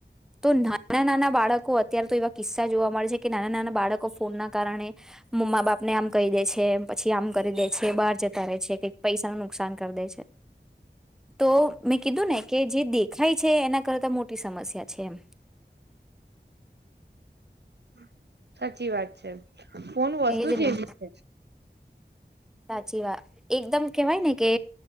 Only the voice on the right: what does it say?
હમ સાચી વાત છે ફોન વસ્તુ
જેવી
છે <unintelligible>